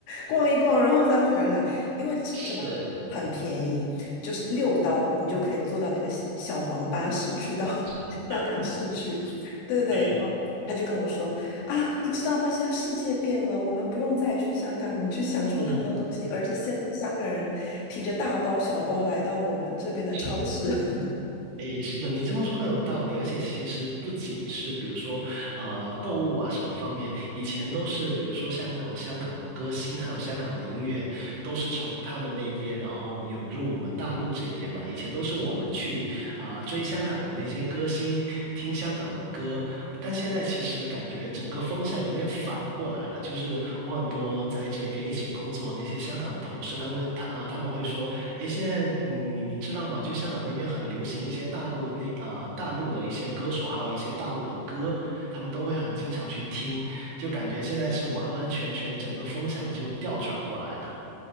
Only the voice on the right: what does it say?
是
的，
对，
嗯，
是。
诶，是的，你这么说很有道理，而且其实不仅是比如说，呃，购物啊什么方面，以前都是比如说像那种香港的歌星，还有香港的音乐，都是从他们那边然后涌入我们大陆这边嘛。以前都是我们去啊、追香港的那些歌星，听香港的歌，但现在其实感觉整个风向有点反过来了，就是我很多在这边一起工作那些香港的同事，他会他呃他们会说。诶，现在你你你知道吗？就香港那边很流行一些大陆那啊、大陆的一些歌手，还有一些大陆的歌，他们都会很经常去听，就感觉现在是完完全全整个风向就调转过来了。